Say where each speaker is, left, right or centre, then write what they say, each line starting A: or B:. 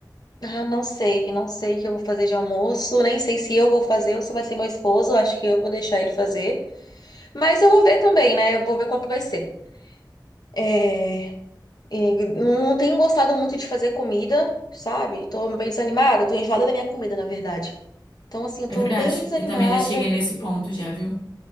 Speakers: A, on the left (about 55°); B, on the left (about 75°).
A: Ah, não sei, não sei o que eu vou fazer de almoço, nem sei se eu vou fazer ou se vai ser meu esposo, acho que eu vou deixar ele fazer. Mas eu vou ver também, né? Eu vou ver qual que vai ser. É, e não não tenho gostado muito de fazer comida, sabe? Tô meio desanimada, tô enjoada da minha comida, na verdade. Então, assim, eu
B: É
A: tô
B: verdade,
A: bem desanimada.
B: eu também já cheguei nesse ponto já, viu?